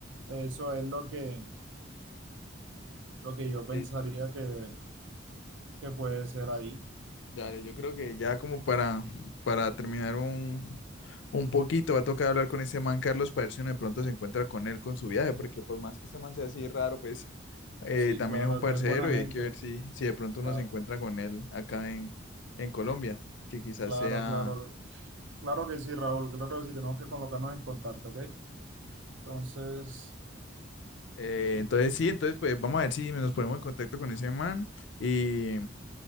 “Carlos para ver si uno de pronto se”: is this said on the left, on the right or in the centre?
Left